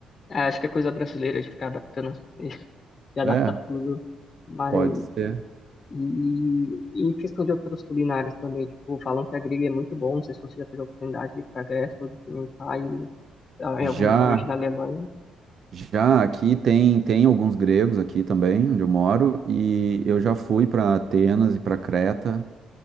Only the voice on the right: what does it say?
é,
pode ser.
Já,
já aqui tem tem alguns gregos aqui também, onde eu moro, e eu já fui para Atenas e para Creta.